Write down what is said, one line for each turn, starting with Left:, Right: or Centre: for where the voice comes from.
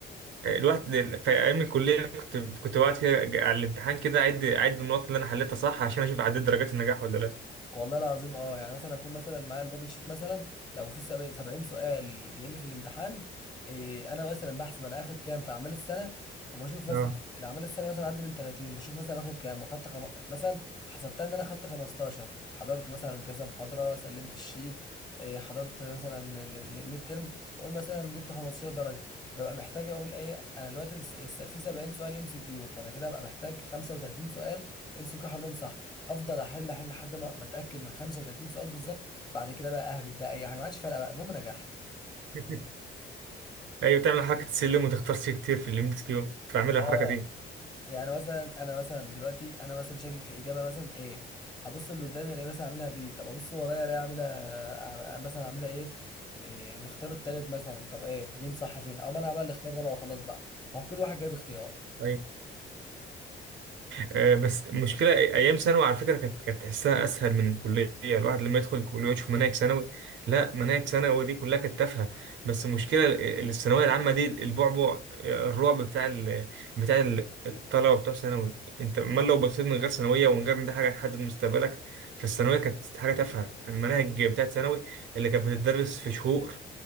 Right: الواحد في ايام الكليه كنت كنت بقعد كده على الامتحان كده اعد اعد النقط اللي انا حليتها صح عشان اشوف عديت درجات النجاح ولا لا
Left: والله العظيم اه يعني مثلا اكون مثلا معايا البابل شيت مثلا لو في سب- 70 سؤال جاي لي في الامتحان إيه انا مثلا بحسب انا اخد كام في اعمال السنه وبشوف مثلا
Right: اه
Left: الاعمال السنه مثلا عندي من 30 بشوف مثلا واخد كام واخدت خم... مثلا حسبتها ان انا خدت 15 حضرت مثلا كذا محاضره سلمت الشيت إيه حضرت مثلا الميد ترم قول مثلا جبت 15 درجه ببقى محتاج اقول ايه انا دلوقتي الس- الس- في 70 سؤال ام سي كيو فانا كده ببقى محتاج 35 سؤال ام سي كيو حلهم صح افضل احل احل لحد ما ما اتاكد من 35 سؤال بالظبط بعد كده بقى اهبط بقى اي حاجه ما عادش فارقه بقى المهم نجحت
Right: <laughs> ايوه تعمل حركه السلم وتختار سي كتير في الام اس كيو كنت بعمل الحركه
Left: اه
Right: دي
Left: يعني مثلا انا مثلا دلوقتي انا مثلا شاكك في اجابه مثلا ايه ابص اللي قدامي الاقي مثلا اعملها بي طب ابص ورايا الاقي اعملها أع- مثلا اعملها ايه, إيه الاختيار التالت مثلا طب ايه مين صح فين او ما انا اعمل الاختيار الرابع وخلاص بقى ما هو كل واحد جايب اختيار
Right: اه آه، بس المشكلة أيام ثانوي على فكرة كانت كانت تحسها أسهل من الكلية الواحد لما يدخل الكلية ويشوف مناهج ثانوي لا مناهج ثانوي دي كلها كانت تافهة بس المشكلة ال- الثانوية العامة دي البعبع آه، الرعب بتاع ال... بتاع ال- الطلبة بتوع ثانوي أنت أمال لو بصيت من غير ثانوية ومن غير إن دي حاجة هتحدد مستقبلك فالثانوية كانت حاجة تافهة المناهج بتاعت ثانوي اللي كانت بتدرس في شهور